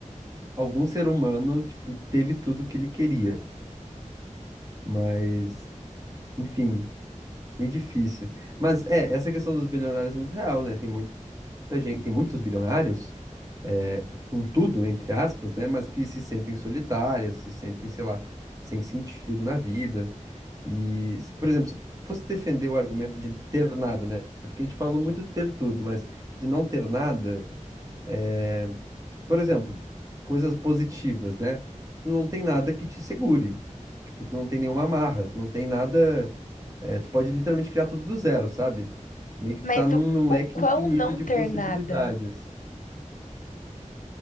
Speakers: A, on the right; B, on the left.
A: algum ser humano, tipo, teve tudo que ele queria. Mas, enfim, meio difícil. Mas é, essa questão dos bilionários é muito real, né? Tem muita gente, tem muitos bilionários, é, com tudo, entre aspas, né? Mas que se sentem solitários, se sentem, sei lá, sem sentido na vida. E, se- por exemplo, se eu fosse defender o argumento de ter nada, né? Porque a gente falou muito ter tudo, mas de não ter nada, é, por exemplo, coisas positivas, né? Tu não tem nada que te segure. Tipo, tu não tem nenhuma amarra, tu não tem nada. é, tu pode literalmente criar tudo do zero, sabe? Meio que
B: Mas
A: tu tá num,
B: o,
A: num
B: o
A: leque
B: quão
A: infinito
B: não
A: de
B: ter
A: possibilidades.
B: nada?